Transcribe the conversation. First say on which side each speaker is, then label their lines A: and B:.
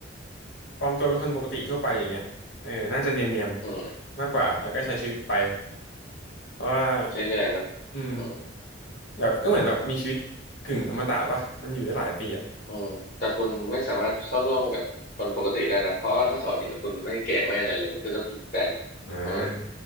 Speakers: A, on the left; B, on the left.
A: ปลอมตัวเป็นคนปกติทั่วไปอย่างเงี้ยเออน่าจะเนียนๆมากกว่าแล้วก็ใช้ชีวิตไป
B: อืม
A: เพราะว่า
B: เรื่อยๆเนอะ
A: อืม
B: อืม
A: แบบก็เหมือนแบบมีชีวิตกึ่งอมตะป่ะมันอยู่ได้หลายปีอ่ะ
B: อืมแต่คุณไม่สามารถเข้าร่วมกับคนปกติได้นะ เพราะว่าถ้าเขาเห็นคุณไม่แก่ไม่อะไรเลยมันก็จะผิดแปลก
A: อ่า
B: มนุษย์